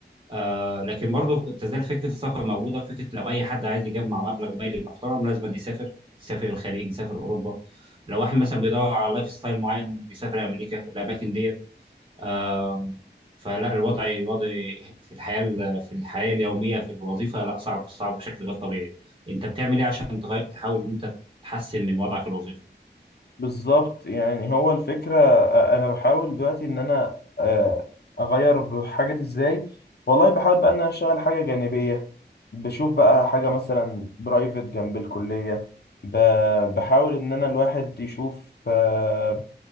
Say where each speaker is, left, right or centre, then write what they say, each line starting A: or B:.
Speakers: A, on the right; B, on the left.
A: آه لكن برضه تزال فكره السفر موجوده فكره لو اي حد عايز يجمع مبلغ مالي محترم لازم يسافر يسافر الخليج يسافر اوروبا لو واحد مثلا بيدور على لايف ستايل معين بيسافر امريكا الاماكن ديت آم، فلا الوضع الوضع في الحياه في الحياه اليوميه في الوظيفه لا صعب صعب بشكل غير طبيعي انت بتعمل ايه عشان تغير تحاول ان انت تحسن من وضعك الوظيفي
B: بالظبط يعني هو الفكرة آه، أنا بحاول دلوقتي إن أنا آه، أغير بحاجة دي إزاي والله بحاول بقى إن أنا أشتغل حاجة جانبية بشوف بقى حاجة مثلا برايفت جنب الكلية ب- بحاول إن أنا الواحد يشوف آه،